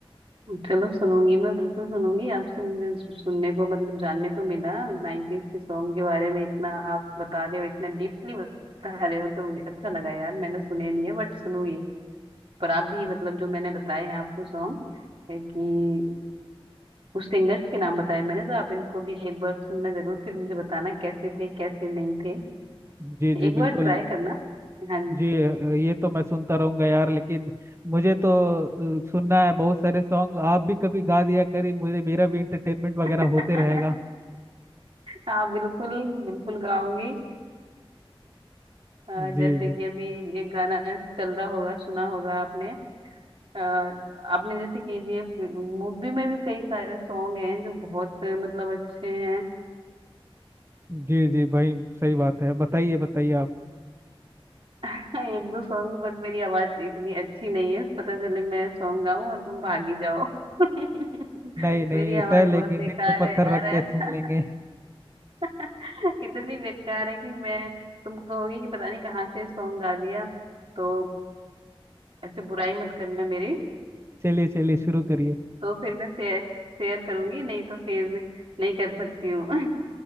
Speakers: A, on the right; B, on the right.
A: चलो सुनूंगी मैं बिल्कुल सुनूंगी आपसे मुझे सु- सुनने को मतलब जानने को मिला नाइन्टीज के सॉन्ग के बारे में इतना आप बता रहे हो इतना डीपली बता रहे हो तो मुझे अच्छा लगा यार मैंने सुने नहीं है बट सुनूंगी पर आप भी मतलब जो मैंने बताए हैं आपको सॉन्ग कि कुछ सिंगर्स के नाम बताए मैंने तो आप इनको भी एक बार सुनना जरूर फिर मुझे बताना कैसे थे कैसे नहीं थे
B: जी
A: एक
B: जी
A: बार
B: बिल्कुल
A: ट्राई करना हाँ जी।
B: जी अ, ये तो मैं सुनता रहूंगा यार लेकिन मुझे तो अ, सुनना है बहुत सारे सॉन्ग आप भी कभी गा दिया करिए मुझे मेरा भी इंटरटेनमेंट वगैरह
A: <laughs>
B: होते रहेगा
A: हाँ बिल्कुल बिल्कुल गाऊंगी अ,
B: जी
A: जैसे
B: जी
A: कि अभी एक गाना चल रहा होगा सुना होगा आपने अ, आपने जैसे केजीएफ मूवी में भी कई सारे सॉन्ग हैं जो बहुत अ, मतलब अच्छे हैं
B: जी जी भाई सही बात है बताइए बताइए आप
A: <laughs> एक दो सॉन्ग बट मेरी आवाज इतनी अच्छी नहीं है पता चले मैं सॉन्ग गाऊं और तुम भागी जाओ <laughs>
B: नहीं नहीं
A: मेरी आवाज
B: सह लेंगे
A: बहुत
B: दिल
A: बेकार
B: पे पत्थर
A: है यार
B: रख के
A: ऐसा
B: सुन लेंगे
A: <laughs> इतनी बेकार है कि मैं तुम कहोगे कि पता नहीं कहाँ से सॉन्ग गा दिया तो ऐसे बुराई मत करना मेरी
B: चलिए चलिए शुरू करिए
A: तो फिर मैं शेयर शेयर करूंगी नहीं तो फिर नहीं कर सकती हूँ